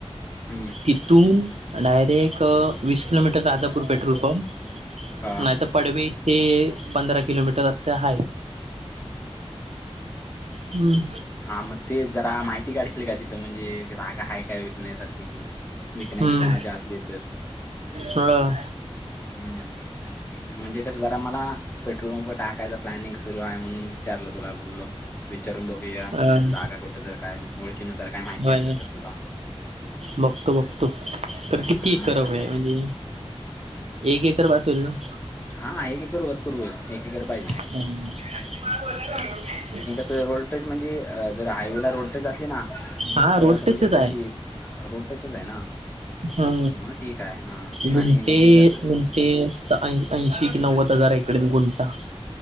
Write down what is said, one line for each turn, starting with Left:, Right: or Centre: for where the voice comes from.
Left: हम्म.
Right: तिथून डायरेक्ट वीस किलोमीटर राजापूर पेट्रोल पंप.
Left: हां
Right: नाही तर पडवी ते पंधरा किलोमीट तस असे हायत. हम्म.
Left: हा मग तेच जरा माहिती काढशील का तिथं म्हणजे जागा हाय काय विकण्यासारखी. विकण्याची
Right: हम्म
Left: कोणाचे असले तर
Right: थोडं
Left: हम्म. म्हणजे कसं जरा मला पेट्रोल पंप टाकायचं प्लॅनिंग सुरू आहे म्हणून विचारलं तुला बोललो विचारून बघूया
Right: अं
Left: तुझ्या जागा कुठे जर काय ओळखीनुसार काय माहिती
Right: होय
Left: असलं तर. <unintelligible>
Right: बघतो बघतो तर किती
Left: हम्म
Right: एकर हवे म्हणजे एक एकर बस होईल ना.
Left: हा एक एकर भरपूर होईल एक एकर पाहि
Right: अम्म तुम्हाला बोलवय लागलोय का?
Left: <unintelligible> वॉल्टेज म्हणजे अ जर हायवेला रोड टच असली ना तर
Right: हा रोड
Left: आता म्हणजे
Right: टचच
Left: तशी रोड टचच आहे ना.
Right: था
Left: मग ठीक आहे हां
Right: गुंटे
Left: आणि म्हणजे कसं
Right: गुंटे सा ऐं ऐंशी एक नव्वद हजार एककडेन गुणटा.